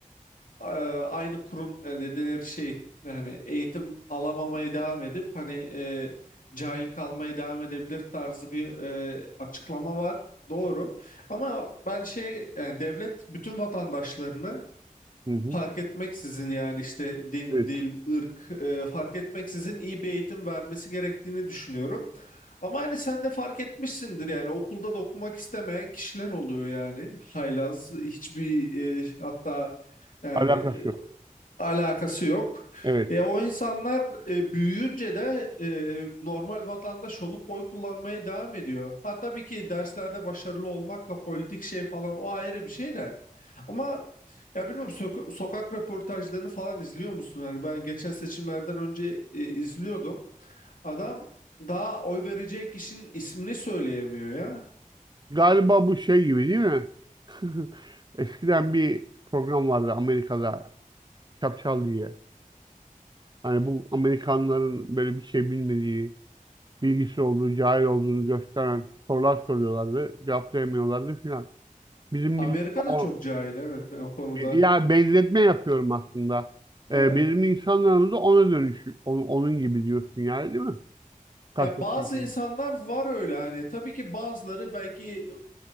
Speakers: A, on the left; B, on the right.
A: e, aynı kurum e, ne denir şey yani eğitim alamamaya devam edip hani e, cahil kalmaya devam edebilir tarzı bir e, açıklama var. Doğru. Ama ben şey yani devlet bütün vatandaşlarını
B: Hı hı,
A: fark etmeksizin yani işte din,
B: evet.
A: dil, ırk e, fark etmeksizin iyi bir eğitim vermesi gerektiğini düşünüyorum. Ama hani sen de fark etmişsindir yani okulda da okumak istemeyen kişiler oluyor yani. Haylaz hiçbir e, hatta yani
B: Alakası
A: e,
B: yok.
A: alakası yok.
B: Evet.
A: E, o insanlar e, büyüyünce de e, normal vatandaş olup oy kullanmaya devam ediyor. Ha tabii ki derslerde başarılı olmakla politik şey falan o ayrı bir şey de. Ama ya bilmiyorum soka- sokak röportajlarını falan izliyor musun? Hani ben geçen seçimlerden önce e, izliyordum. Adam daha oy verecek kişinin ismini söyleyemiyor ya.
B: Galiba bu şey gibi değil mi? <laughs> Eskiden bir program vardı Amerika'da. Çapçal diye. Hani bu Amerikanların böyle bir şey bilmediği bilgisi olduğu, cahil olduğunu gösteren sorular soruyorlardı. Cevaplayamıyorlardı filan. Bizim millet
A: Amerika
B: o,
A: da çok cahil evet yani o konuda.
B: ya benzetme yapıyorum aslında.
A: Evet.
B: Ee, bizim insanlarımız da ona dönüş, onun, onun gibi diyorsun yani değil mi? Kastettiğin.
A: Ya bazı
B: şey.
A: insanlar var öyle hani tabii ki bazıları belki